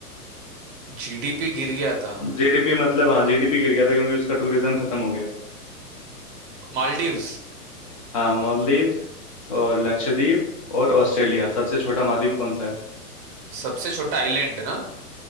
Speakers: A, on the right; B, on the left.
A: जीडीपी गिर गया था
B: जीडीपी मतलब हाँ जीडीपी गिर गया था क्योंकि उसका टूरिज्म खत्म हो गया
A: मालदीव्स
B: हाँ मालदीव और लक्षद्वीप और ऑस्ट्रेलिया सबसे छोटा महाद्वीप कौन सा है
A: सबसे छोटा आइलैंड ना